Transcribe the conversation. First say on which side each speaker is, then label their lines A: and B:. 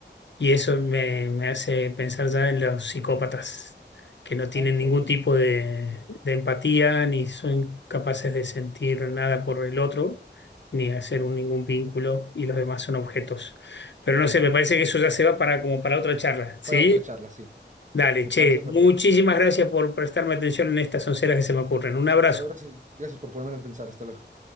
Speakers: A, on the left; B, on the right.
A: Y eso me, me hace pensar ya en los psicópatas, que no tienen
B: Ah, exactamente.
A: ningún tipo de, de empatía, ni son capaces de sentir nada por el otro, ni hacer un- ningún vínculo, y los demás son objetos. Pero no sé, me parece que eso ya se va para como para otra charla, ¿sí?
B: Para otra charla, sí.
A: Dale,
B: Me
A: che,
B: parece perfecto.
A: muchísimas gracias por prestarme atención en estas onceras que se me ocurren. Un abrazo.
B: No, gracias, gracias por ponerme a pensar. Hasta luego.